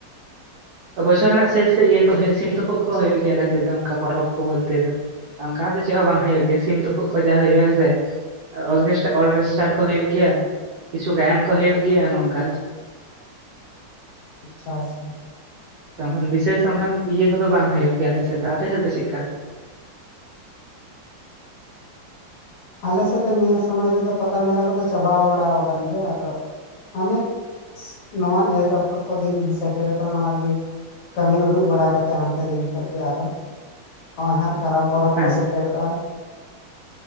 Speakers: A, on the right; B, on the left.
A: ᱵᱚᱪᱷᱚᱨ ᱨᱮᱱᱟᱜ ᱥᱮᱥ ᱥᱮᱫ ᱤᱭᱟᱹ ᱠᱚ ᱦᱩᱭᱩᱜᱼᱟ ᱥᱤᱢ ᱛᱩᱯᱩᱜ ᱠᱚ ᱦᱩᱭᱩᱜ ᱜᱮᱭᱟ ᱟᱞᱮ ᱥᱮᱫ ᱫᱚ ᱚᱱᱠᱟ ᱯᱚᱨᱚᱵᱽ ᱠᱚ ᱵᱚᱞᱛᱮ ᱫᱚ᱾ ᱚᱱᱠᱟ ᱫᱚ ᱪᱮᱫ ᱦᱚᱸ ᱵᱟᱝ ᱦᱩᱭᱩᱜ ᱜᱮᱭᱟ ᱥᱤᱢ ᱛᱩᱯᱩᱜ ᱠᱚ ᱡᱟ ᱦᱩᱭᱩᱜᱼᱟ ᱦᱮᱥᱮ᱾ ᱟᱨ ᱚᱨᱠᱮᱥᱴ ᱚᱨᱠᱮᱥᱴᱟᱨ ᱠᱚ ᱦᱩᱭᱩᱜ ᱜᱮᱭᱟ᱾ ᱠᱤᱪᱷᱩ ᱜᱟᱭᱟᱱ ᱠᱚ ᱦᱩᱭᱩᱜ ᱜᱮᱭᱟ ᱱᱚᱝᱠᱟ᱾
B: ᱟᱪᱪᱷᱟ ᱟᱪᱪᱷᱟ᱾
A: ᱚᱱᱠᱟᱱ ᱵᱤᱥᱮᱥ ᱚᱱᱠᱟᱱ ᱤᱭᱟᱹ ᱠᱚ ᱫᱚ ᱵᱟᱝ ᱦᱩᱭᱩᱜ ᱜᱮᱭᱟ ᱟᱞᱮ ᱥᱮᱫ ᱫᱚ, ᱟᱯᱮ ᱥᱮᱫ ᱫᱚ ᱪᱮᱫ ᱠᱟ?
B: ᱟᱞᱮ ᱥᱮᱫ ᱫᱚ ᱱᱤᱭᱟᱹ ᱥᱚᱢᱚᱭ ᱨᱮᱫᱚ ᱯᱟᱛᱟ ᱢᱮᱞᱟ ᱠᱚ ᱫᱚ ᱪᱟᱵᱟ ᱵᱟᱲᱟ ᱠᱟᱱ ᱜᱮᱭᱟ, ᱟᱫᱚ ᱢᱟᱱᱮ ᱱᱚᱣᱟ ᱮᱨ ᱟᱯᱷᱚᱨ ᱠᱚ ᱫᱤᱱ ᱥᱮᱴᱮᱨ ᱠᱟᱱᱟ ᱚᱱᱟ ᱨᱮ ᱜᱤ, ᱠᱟᱹᱢᱤ ᱩᱰᱩᱜ ᱵᱟᱲᱟ ᱠᱟᱛᱮ ᱦᱟᱱᱛᱮ ᱫᱤᱱ ᱠᱷᱚᱡ ᱜᱮ ᱟᱫᱚ, ᱱᱚᱜᱼᱚᱭ ᱦᱟᱸᱜ ᱠᱟᱨᱟᱢ ᱯᱚᱨᱚᱵᱽ
A: ᱦᱮᱸ
B: ᱠᱚ ᱥᱮᱴᱮᱨᱚᱜᱼᱟ᱾